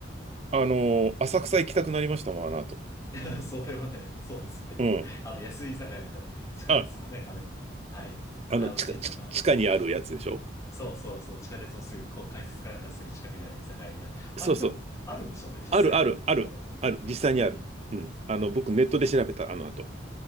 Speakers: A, on the right (about 30°); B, on the left (about 15°).
A: あのー浅草行きたくなりましたもん、あの後。
B: <laughs> それはね、そうですね。
A: うん。
B: あの、安い居酒屋みたいな、地下鉄のね、
A: あ、
B: あの、はい、
A: あの、
B: あのシーンとか、
A: 地下、地下地下にあるやつでしょ
B: そうそうそう、地下鉄のすぐ、こう、改札かなんかすぐ近くにある居酒屋みたいな。
A: そうそう。
B: あれ多分、あるんでしょうね、実際に、
A: ある、ある、ある、
B: 今でも。
A: ある。実際にある。
B: うん。
A: うん。あの、僕ネットで調べた、あの後。